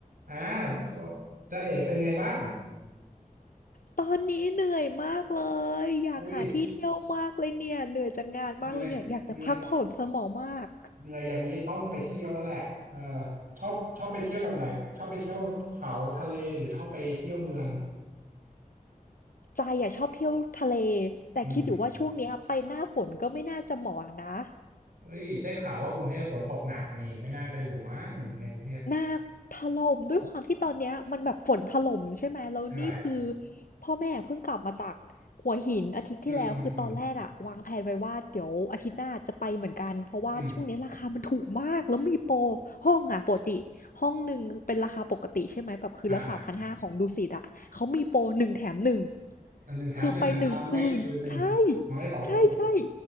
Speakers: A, on the right (about 75°); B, on the left (about 70°).
A: อ่าสวัสดีจ๊ะเอ๋เป็นไงบ้าง
B: ตอนนี้เหนื่อยมากเลยอยากหาที่เที่ยวมากเลยเนี่ยเหนื่อยจากงานมากเลยเนี่ยอยากจะพักผ่อนสมองมาก
A: อุ้ยเหนื่อยเหนื่อยเหนื่อยอย่างนี้ต้องไปเที่ยวแล้วแหละเออชอบชอบไปเที่ยวแบบไหนชอบไปเที่ยวภูเขาทะเลหรือชอบไปเที่ยวเมือง
B: ใจอ่ะชอบเที่ยวทะเลแต่คิดอยู่ว่าช่วงเนี้ยไปหน้าฝนก็ไม่น่าจะเหมาะนะ
A: อืมเอ้ยได้ข่าวว่ากรุงเทพฝนตกหนักนี่ไม่น่าจะอยู่มั้งในกรุงเทพ
B: หนักถล่มด้วยความที่ตอนเนี้ยมันแบบฝนถล่มใช่ไหมแล้วนี่คือ
A: ใช่
B: พ่อแม่เพิ่งกลับมาจากหัวหินอาทิตย์ที่แล้วคือตอนแรกอะวางแผนไว้ว่าเดี๋ยวอาทิตย์หน้าจะไปเหมือนกันเพราะว่าช่วงนี้ราคามันถูกมากแล้วมีโปร
A: อืมอืมอืมอืม
B: ห้องอะปกติห้องหนึ่งเป็นราคาปกติใช่ไหมแบบคืนละสามพันห้าของดุสิตอะเขามีโปรหนึ่งแถมหนึ่ง
A: อ่าอ่าอันหนึ่งแถมหนึ่งนะนอนได้คืนหนึ่ง
B: คือไปหนึ่งคืนใช่
A: นอนได้สองคืน
B: ใช่ใช่